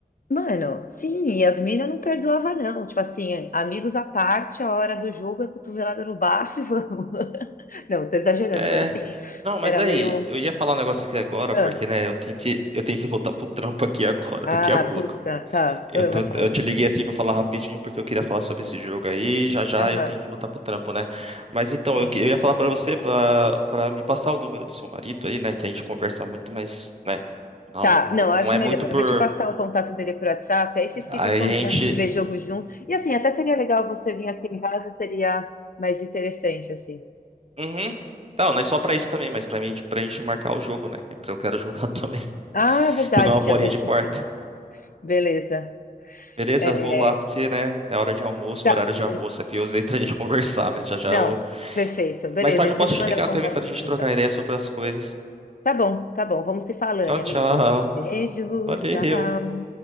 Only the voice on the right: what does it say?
É.
Não, mas
aí,
eu ia falar um negócio aqui agora,
porque, né, eu tenho que, eu tenho que voltar pro trampo aqui agora,
daqui a pouco.
Eu
tô,
eu te liguei assim pra falar rapidinho porque eu queria falar sobre esse jogo aí. Já já
eu tenho que voltar pro trampo, né? Mas então,
eu, que- eu ia falar pra você pra para me passar o número do seu marido aí, né? Que a gente conversa muito, mas, né? Não,
não,
não
é
muito por.
Aí
a gente.
Uhum. Não, não é só pra isso também, mas pra mim, pra gente marcar o jogo, né? Porque eu quero jogar <laughs> também.
Jogar uma bolinha
de quarta.
Beleza?
Vou lá porque, né? É hora de almoço,
horário de almoço aqui. Eu usei pra gente <laughs> conversar, mas já já
eu.
Mais tarde
eu posso
te
ligar
também pra
gente trocar
ideia sobre as coisas.
Tchau,
tchau.
Valeu.